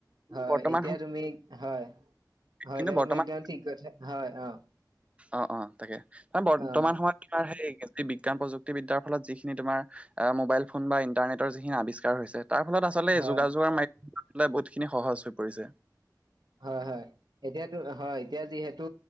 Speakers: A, on the right; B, on the right.
A: হয়।
B: বৰ্তমান
A: এতিয়া
B: সময়ত
A: তুমি হয়, হয়
B: কিন্তু
A: এতিয়া
B: বৰ্তমান
A: তুমি একদম ঠিক কথাই, হয় অ।
B: অ, অ তাকে ত বৰ্তমান
A: অ',
B: সময়ত তাৰ সেই বিজ্ঞান প্ৰযুক্তিবিদ্যাৰ ফলত যিখিনি তোমাৰ আ মোবাইল ফোন বা ইণ্টাৰনেটৰ যিখিনি আৱিষ্কাৰ হৈছে তাৰ ফলত আচলতে
A: হয়।
B: যোগাযোগৰ মাধ্যমেৰে বহুতখিনি সহজ হৈ পৰিছে
A: হয় হয় এতিয়া হয় এতিয়া যিহেতু